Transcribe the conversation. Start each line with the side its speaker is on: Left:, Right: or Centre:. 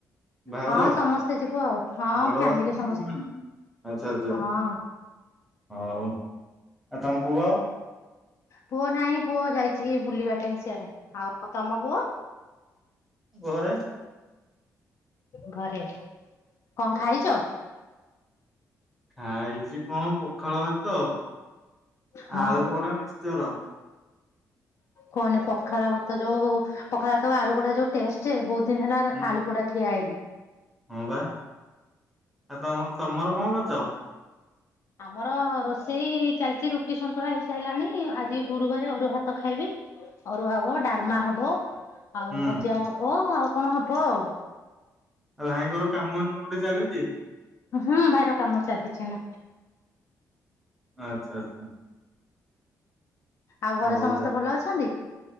Centre: ଭାଉଜ
Left: ହଁ ସମସ୍ତେ ଯିବୁ ଆଉ ହଁ
Centre: ବଡ
Left: ଫ୍ୟାମିଲି
Centre: ଭାଉଜ
Left: ସମସ୍ତେ
Centre: ତୁମେ ଆଚ୍ଛା ଆଚ୍ଛା
Left: ହଁ।
Centre: ହଉ। ଆ ତୋମ ପୁଅ
Left: ପୁଅ ନାହିଁ ପୁଅ ଯାଇଚି ବୁଲିବା ପାଇଁ ସିଆଡେ। ଆଉ ତୋମ ପୁଅ?
Centre: ଘରେ।
Left: ଘରେ, କଣ ଖାଇଚ?
Centre: ଖାଇଚି କଣ ପଖାଳ ଭାତ
Left: ହଁ
Centre: ଆଳୁ ପୋଡା ମିକ୍ସଚର।
Left: କୁହନି ପଖାଳ ଭାତ ଯୋଉ ପଖାଳ ଭାତକୁ ଆଳୁ ପୋଡା ଯୋଉ ଟେଷ୍ଟ ବହୁତ ଦିନ ହେଲା
Centre: ହୁଁ
Left: ଆଳୁ ପୋଡା ଖି ଖିଆହେଇନି।
Centre: ହଁ ବା ଆ ତୋମ ତୋମର କଣ କରିଚ?
Left: ଆମର ରୋଷେଇ ଚାଲିଚି, ରୁଟି ସନ୍ତୁଳା ହେଇସାରିଲାଣି, ଆଜି ଗୁରୁବାର ଅରୁଆ ଭାତ ଖାଇବି, ଅରୁଆ ହବ ଡାଲମା ହବ ଆଉ
Centre: ହୁଁ
Left: ଭଜା ହବ ଆଉ କଣ ହବ ଆଉ
Centre: ଆଉ ଭାଇଙ୍କର କାମଧନ୍ଦା କୋଉଠି ଚାଲିଚି?
Left: ହଁ ଭାଇର କାମ ଚାଲିିଛି ନା।
Centre: ଆଚ୍ଛା ଆଚ୍ଛା।
Left: ଆଉ ଘରେ
Centre: ହଉ
Left: ସମସ୍ତେ
Centre: ତା
Left: ଭଲ ଅଛନ୍ତି?